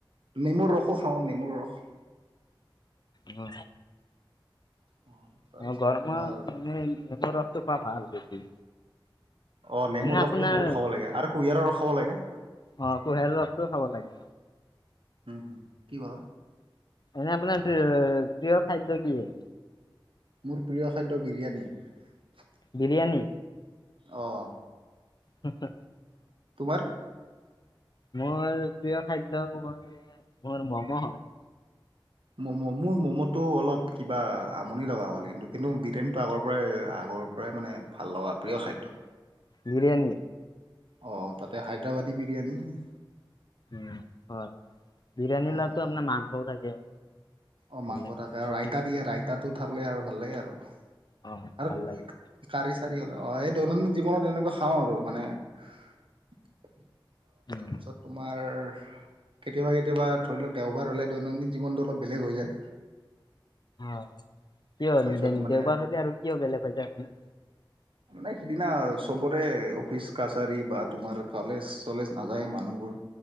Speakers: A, on the right; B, on the left.
A: নেমুৰ ৰসো খাওঁ নেমুৰ ৰস।
B: অ
A: অ তাৰপিছত
B: অ গৰমত
A: তোমাৰ
B: মানে নেমুৰ ৰস খোৱা ভাল বেছি
A: অ নেমুৰ
B: এনে
A: ৰসটো
B: আপোনাৰ
A: বহুত খাব লাগে আৰু কুঁহিয়াৰৰ ৰস খাব লাগে।
B: অ', কুঁহিয়াৰ ৰসটোও খাব লাগে।
A: উম, উম কি বা।
B: এনে আপোনাৰ প্ৰিয় খাদ্য কি হয়।
A: মোৰ প্ৰিয় খাদ্য বিৰিয়ানী।
B: বিৰিয়ানী
A: অঁ
B: হ, হু।
A: তোমাৰ
B: মোৰ প্ৰিয় খাদ্য ক'ব গ'লে মোৰ ম'ম' হয়।
A: ম'ম' মোৰ ম'ম'টো অলপ কিবা আমনি লগা হ'ল কিন্তু কিন্তু বিৰিয়ানীটো আগৰ পৰাই আগৰ পৰাই মানে ভাল লগা প্ৰিয় খাদ্য।
B: বিৰিয়ানী
A: অ তাতে হায়দৰাবাদী বিৰিয়ানী
B: উ হয় বিৰিয়ানী
A: অ
B: লো আপোনাৰ
A: অ
B: মাংসও থাকে।
A: অ মাংস
B: এইবিলাক
A: থাকে আৰু
B: কণী
A: ৰাইতা দিয়ে ৰাইতাটো থাকিলে আৰু ভাল লাগে আৰু।
B: অ',
A: আৰু
B: ভাল লাগে
A: কাৰিছে। চাৰি অ সেই দৈনন্দিন জীৱনত এনেকুৱা খাওঁ আৰু মানে। তাৰপিছত
B: উম,
A: তোমাৰ কেতিয়াবা কেতিয়াবা ধৰি লওক দেওবাৰ হ'লে দৈনন্দিন জীৱনটো অলপ বেলেগ হৈ যায়।
B: অ, কিয়
A: তাৰপিছত
B: দেওবাৰ
A: মানে
B: হলে আৰু কিয় বেলেগ হৈছে আপোনাৰ।
A: মানে সিদিনা চবৰে অফিচ কাছাৰী বা তোমাৰ ক'লেজ চলেজ নাযায় মানুহবোৰ।